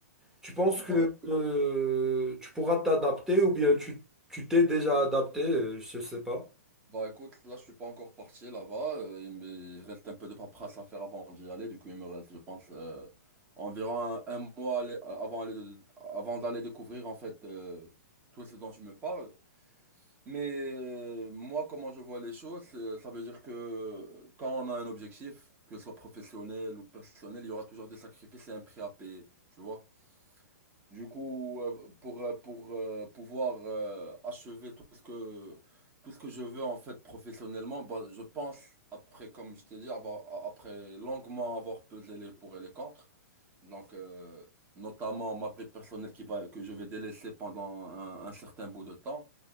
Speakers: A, in the centre; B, on the right.
A: Tu penses
B: Bah,
A: que
B: écoute,
A: euh, tu pourras t'adapter ou bien tu tu t'es déjà adapté? euh, Je sais pas.
B: Bah écoute, là je suis pas encore parti là-bas, euh, il me il reste un peu de paperasse à faire avant d'y aller, du coup il me reste je pense euh, environ un, un mois aller- euh, avant, aller de- avant d'aller découvrir en fait euh, tout ce dont tu me parles. Mais euh, moi comment je vois les choses, c'est- ça veut dire que quand on a un objectif, que ce soit professionnel ou personnel, il y aura toujours des sacrifices et un prix à payer, tu vois. Du coup, euh, pour, euh, pour euh, pouvoir euh, achever tout ce que, tout ce que je veux en fait professionnellement, bah, je pense, après, comme je t'ai dit, avoir, a- après longuement avoir pesé les pour et les contre, donc euh, notamment ma vie personnelle qui va, que je vais délaisser pendant un, un certain bout de temps.